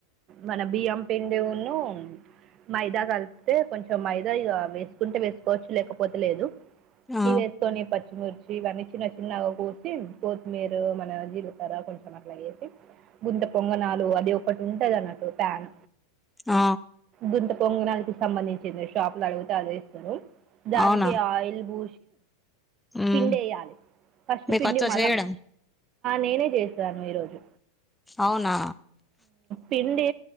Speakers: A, on the right; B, in the centre.
A: మన బియ్యం పిండి ఉన్న మైదా కలిపితే కొంచెం మైదా ఇ వేసుకుంటే వేసుకోవచ్చు లేకపోతే లేదు <unintelligible> <unintelligible>
B: ఆ
A: ఇవన్నీ చిన్న చిన్నగా కూర్సి కొత్తిమీర మన జీలకర్ర కొంచె అట్ల చేసి గుంత పొంగనాలు అది ఒకటి ఉంటది <unintelligible> ప్యాన్
B: ఆ
A: గుంత పొంగనాలికి సంబంధించింది షాపులు అడిగితే ఆదిస్తరు దానికి
B: అవునా
A: ఆయిల్ బూ
B: ఉమ్
A: పిండి వేయాలి ఫస్ట్
B: మీకు
A: పిండి
B: వచ్చా
A: మల
B: చేయడం
A: నేనే చేస్ ఈ రోజు
B: అవునా
A: పిండి